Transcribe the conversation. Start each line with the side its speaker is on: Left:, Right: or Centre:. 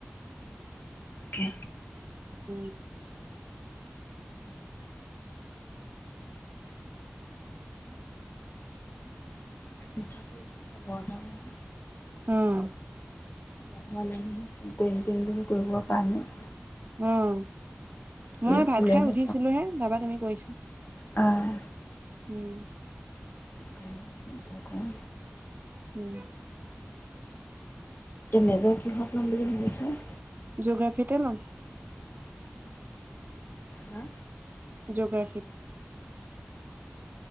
Left: তাকে
Right: উম
Left: ফোন এটা কৰি বোলো খবৰ এটা লঁও
Right: আহ
Left: ৱা নাই কৰিম কৰিম বুলি কৰিব পৰা নাই
Right: হম মই
Left: ই শুলেহে
Right: ভাত খাই উঠিছিলো হে তাপা তুমি কৈৰিছি
Left: অঁ
Right: উম
Left: ফোন এটা কৰোঁ।
Right: উম
Left: এতিয়া মেজৰ কিহত ল'ম বুলি ভাবিছ
Right: জিঅ'গ্ৰাফিতে <unintelligible>
Left: হা?
Right: জিঅ'গ্ৰাফিত